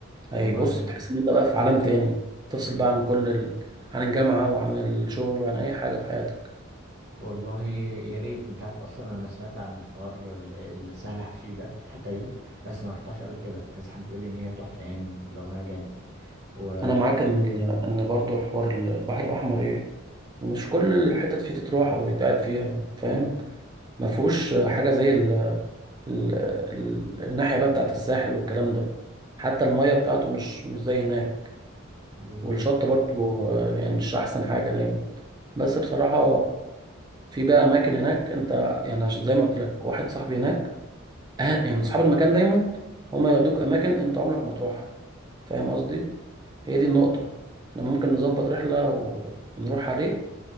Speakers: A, on the right; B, on the right.
A: والله
B: اي بص بتحس ان انت بقى في عالم تاني تفصل بقى عن كل ال... عن الجامعة وعن الشغل وعن اي حاجة في حياتك
A: والله يا ريت انت عارف اصلا انا سمعت عن حوار ال- السهل حشيش ده الحته دي بس ما رحتهاش قبل كده كذا حد بيقول لي ان هي تحفه يعني وجوها جامد و
B: انا معاك ان ال- ان برضو حوار ال- البحر الاحمر ايه مش كل الحتت فيه تتروح او يتقعد فيها فاهم
A: بالظبط
B: ما فيهوش حاجة زي ال... ال... ال... الناحية بقى بتاعت الساحل والكلام ده حتى المية بتاعته مش مش زي هناك
A: بالظبط
B: والشط برضو آه، يعني مش احسن حاجة دايما بس بصراحة في بقى أماكن هناك أنت يعني عشان زي ما قلت لك واحد صاحبي هناك أهل يعني أصحاب المكان دايما هما يودوك أماكن أنت عمرك ما تروحها فاهم قصدي؟ هي دي النقطة احنا ممكن نظبط رحلة و- ونروح عليه